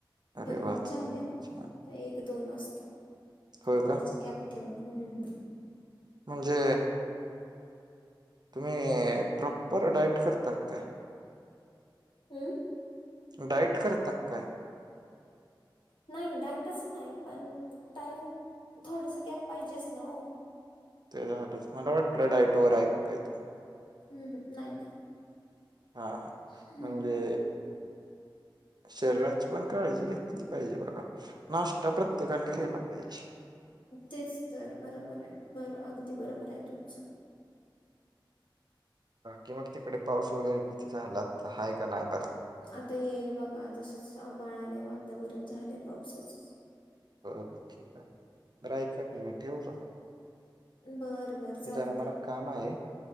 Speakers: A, on the right; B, on the left.
A: अरे
B: बनवून
A: वा
B: झाले
A: छान
B: तर एक दोन असत
A: होय
B: थोडस
A: का
B: गॅप ठेवून हम्म
A: म्हणजे तुम्ही प्रॉपर डाईट करता ते
B: हम्
A: डाईट करतात काय
B: नाही डाईट असं नाही पण टाईम थोडस गॅप पाहिजेच ना हो
A: ते झालंच मला वाटलं डायटोवर ऐक काय तुम्ही
B: हम् ह नाही नाही
A: हा हा
B: हम्म
A: म्हजे शरीराची पण काळजी घेतली पाहिजे बला नाश्ता प्रत्येकाने केला पाहिजे
B: तेच तर बरोबर आहे बर अगदी बरोबर आहे तुमचं
A: कि मग तिकडे पाऊस वगैरे किती झालात आहे का नाही बरं
B: आता येईल बघा तसच आबाळ आलंय वातावरण झालंय पावसाच
A: बर ठीक आहे बर एकऐका किमट ठेवू का
B: बर बर चालतंय
A: जरा मला काम आहे